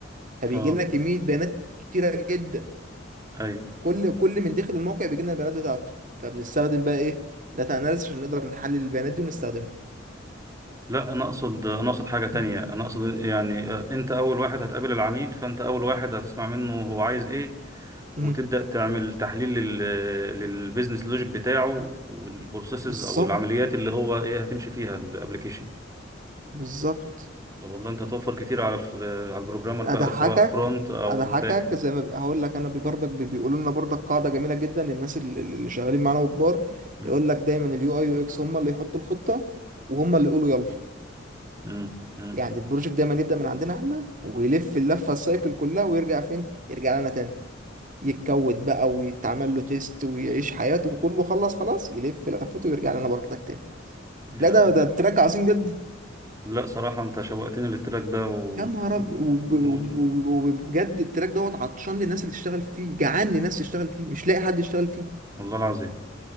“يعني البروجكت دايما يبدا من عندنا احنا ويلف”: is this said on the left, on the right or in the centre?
Right